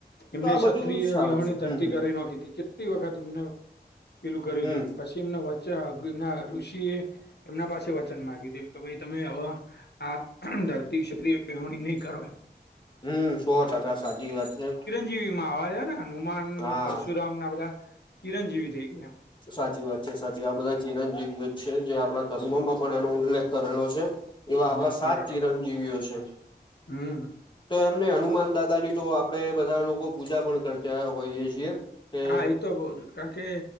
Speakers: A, on the left (about 25°); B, on the left (about 70°).
A: તો
B: એમને
A: આ બધું
B: ક્ષત્રિય
A: સારું
B: વિહોણી
A: છે હમ
B: ધરતી કરી નાખી કેટલી વખત એમને પેલું કરી
A: હમ
B: દે એમ પછી એમના વચ્ચે આ એમના ઋષિ એ એમના પાસે વચન માંગ્યું એમ કે ભાઈ તમે હવે આ ધરતી ક્ષત્રિ પ હણી નહી કરો એમ.
A: હમ્મ સો ટકા સાચી વાત છે.
B: ચીવી માં આવે હે ને હનુમાન
A: હા
B: પરશુરામ ના બધા ચિરંજીવી થઈ ગયા.
A: સાચી વાત છે સાચી આ બધા ચિરંજીવીઓ છે જે આપડા ધર્મોમાં પણ એનો ઉલ્લેખ કરેલો છે. એવા આપડા
B: હમ સો
A: સાત
B: ટકા
A: ચિરંજીવીઓ છે.
B: હમ
A: તો એમને હનુમાન દાદા ની તો આપડે બધા લોકો પૂજા પણ કરતા હોઈએ છીએ. કે
B: હા એ તો કઉ છું કારણ કે